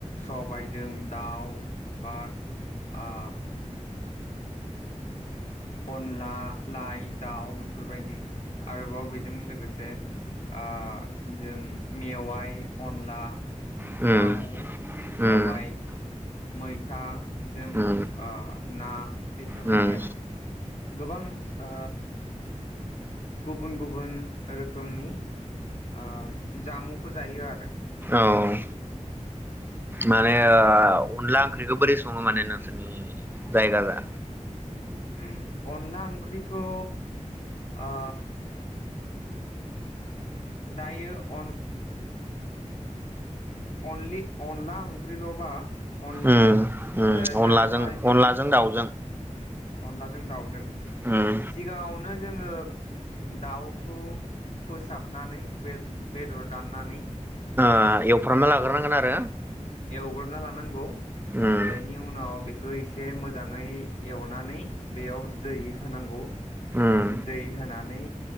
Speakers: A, on the left (about 70°); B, on the right (about 15°).
A: सबाइ जों दाउ बा आ अनला लाइ दाउ बेफोरबायदि आरोबाव बेजों लोगोसे आ जों मेवाइ अनला
B: उम उम
A: सामु
B: उम
A: सबाइ मैथा जों
B: उम
A: आ ना बेफोरबायदि
B: उम
A: आरो गोबां ओ गुबुन गुबुन रोखोमनि ओ जामुंखौ जायो आरो बुंनो
B: औ
A: थाङोब्ला
B: माने ओ अनला ओंख्रिखौ बोरै सङो माने नोंसोरनि जायगाजों
A: <unintelligible> अनला ओंख्रिखौ ओ दायो अन अनलि अनला ओंख्रिलबा अनलि
B: उम उम
A: जेरावहाय
B: अनलाजों
A: जों
B: अनलाजों दाउजों
A: अनलाजों दाउजों
B: उम
A: सिगाङावनो जोङो दाउखौ फोसाबनानै बे-बेदर दाननानै
B: ओ एवफ्रामना
A: बेखौ
B: लाग्रोनांगोन आरो
A: एवग्रोना लानांगौ
B: उम
A: बेनि उनाव बे बेखो एसे मोजाङै एवनानै बेयाव दै होनांगौ
B: उम
A: दै होनानै